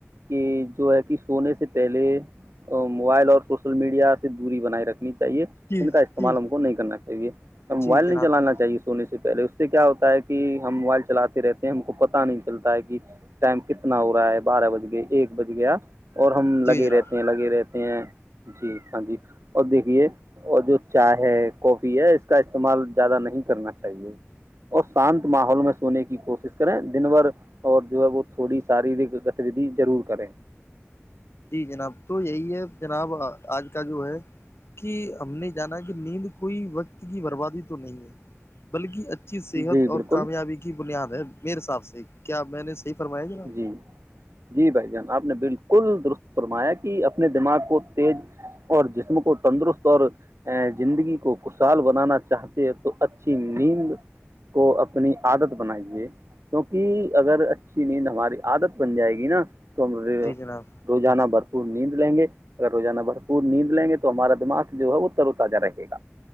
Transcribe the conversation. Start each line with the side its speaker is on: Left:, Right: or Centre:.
Right: کہ جو ہے کہ سونے سے پہلے موبائل اور سوشل میڈیا سے دوری بنائے رکھے نی چاہیے
Left: جی
Right: جن کا استعمال
Left: جی
Right: ہم کو نہیں کرنا چاہیے موبائل
Left: جی جناب
Right: نہیں چلانا
Left: جی
Right: چاہیے سونے سے پہلے اس سے کیا ہوتا ہے کہ ہم موبائل چلاتے رہتے ہم کو پتا نہیں چلتا ہے کہ ٹائم کتنا ہو رہا ہے بارہ بج گیا ایک بج گیا اور ہم لگے
Left: جی جناب
Right: رہتے ہیں لگے رہتے جی ہاں جی اور دیکھیے اور جو چائے ہے کافی ہے اس کا استعمال زیادہ نہیں کرنا چاہیے اور شانت ماحول میں سونے کی کوشش کریں دن بھر اور جو ہے وہ تھوڑی ساری گتیودھی ضرور کریں
Left: جی جناب تو یہی ہے جناب آج کا جو ہے کہ س نہیں جانا کہ نیند کوئی وقت کی بات بربادی تو نہیں ہے بلکہچ ا صحت
Right: جی بالکل
Left: اور کامیابی کی بنیاد ہے میرے حساب سے کیا میں نے فرمایا جناب
Right: جی جی بھائی جان آپ نے بالکل کل درست فرمایا کہ اپنے دماغ کو تیز اور جسم کو تندرست اور زندگی کو خوشحال بنانا چاہتے ہے تو اچھی نیند کو اپنی عادت بنائیے کیونکہ اگر ا ا نیند ہماری عادت بن جائے گی نا تو ہمے
Left: جی جناب
Right: روانہ بر نیند لیں گے اگر روزانہ بھرپور نیند لیں گے تو ہمارا دماغ جو ہے وہ ترو تازہ رہے گا